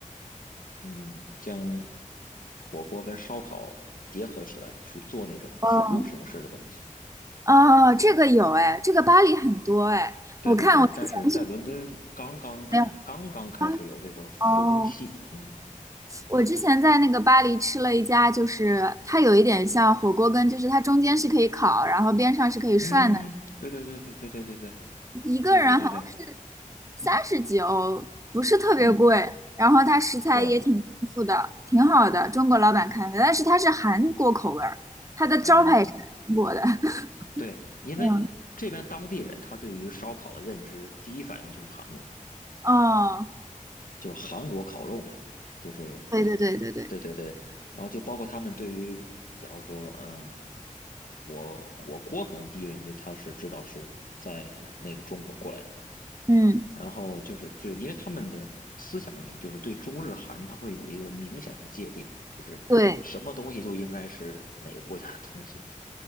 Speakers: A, on the left (about 80°); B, on the right (about 25°).
A: 嗯，将火锅跟烧烤结合起来去做那种自助形式的东西。
B: 哦哦，这个有哎，这个巴黎很多哎，
A: 对对对，
B: 我看我之前去
A: 但是在伦敦刚刚可能刚刚开始有这个风气，
B: 没有巴哦
A: 嗯
B: 我之前在那个巴黎吃了一家，就是它有一点像火锅跟就是它中间是可以烤，然后边上是可以涮的，
A: 嗯，对对对对对对对对
B: 一个人好像是
A: 对对对对，
B: 三十几欧，不是特别贵，
A: 嗯
B: 然后它食材也挺丰富的，
A: 对
B: 挺好的，中国老板开的，但是它是韩国口味儿，它的招牌也是韩国的。
A: 啊、
B: <laughs>
A: 对，因为这边当地人他对于烧烤的认知，
B: 嗯，
A: 第一反应就是韩国。
B: 哦，
A: 就是韩国烤肉嘛，就是
B: 对对对对对，
A: 对对对，然后就包括他们对于，假如说，呃，火火锅可能第一认知他是知道是在那个中国过来的，
B: 嗯，
A: 然后就是就是因为他们的思想里就是对中日韩它会有一个明显的界定，就是什么东西就应该是哪个国家的东西，
B: 对，